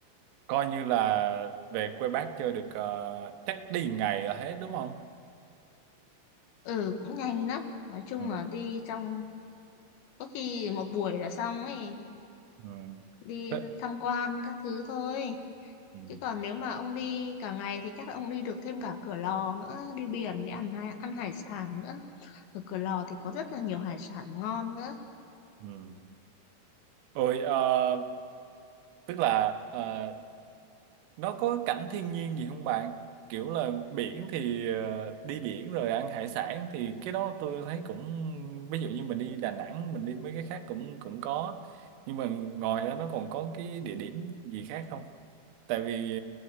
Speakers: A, on the right; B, on the left.
A: Coi như là về quê bác chơi được ờ, chắc đi ngày là hết đúng không?
B: ừ cũng nhanh lắm nói chung
A: Ừ.
B: là đi trong có khi một buổi là xong ấy
A: Ừ.
B: đi
A: Thế-
B: tham quan các thứ thôi
A: Ừ.
B: chứ còn nếu mà ông đi cả ngày thì chắc là ông đi được thêm cả Cửa Lò nữa đi biển đi ăn hải- ăn hải sản nữa ở Cửa Lò thì có rất là nhiều hải sản ngon nữa
A: Ừ. Rồi ờ, tức là ờ, nó có cảnh thiên nhiên gì không bạn? Kiểu là biển thì ờ, đi biển rồi ăn hải sản thì cái đó tôi thấy cũng ví dụ như mình đi Đà Nẵng mình đi mấy cái khác cũng cũng có nhưng mà ngoài ra nó còn có cái địa điểm gì khác không? tại vì